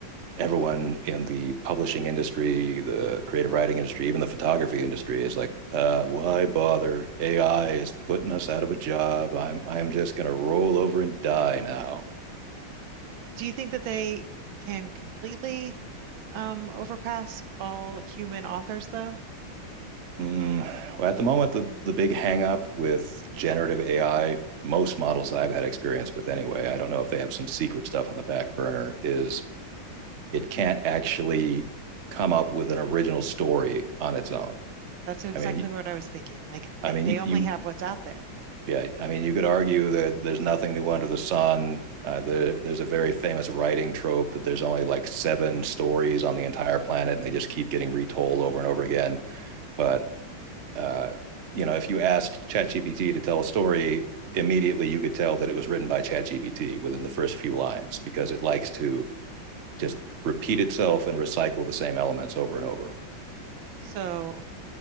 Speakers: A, on the right; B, on the right.
A: everyone in the publishing industry, the creative writing industry, even the photography industry is like, uh, why bother? AI is putting us out of a job. I'm I'm just gonna roll over and die now.
B: Do you think that they can completely um, overpass all human authors, though?
A: Mm, well, at the moment, the the big hang up with generative AI, most models I've had experience with anyway, I don't know if they have some secret stuff on the back burner, is it can't actually come up with an original story on its own.
B: That's exactly
A: I mean,
B: what I was thinking. Like they,
A: I mean,
B: they only
A: you
B: have what's out there.
A: Yeah, I mean, you could argue that there's nothing new under the sun. Uh, the, there's a very famous writing trope that there's only like seven stories on the entire planet, and they just keep getting retold over and over again. But uh, you know, if you asked ChatGPT to tell a story, immediately you could tell that it was written by ChatGPT within the first few lines because it likes to just repeat itself and recycle the same elements over and over.
B: So